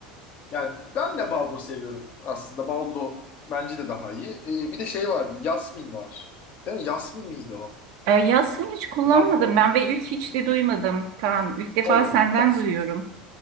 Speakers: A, on the left; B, on the right.
A: Yani ben de baldo seviyorum aslında. Baldo bence de daha iyi. Ee, bir de şey var, yasmin var. Değil mi? Yasmin miydi o?
B: Ee, Yasmin hiç kullanmadım
A: Basmati,
B: ben ve ilk hiç de duymadım Kaan. İlk defa
A: pardon.
B: senden duyuyorum.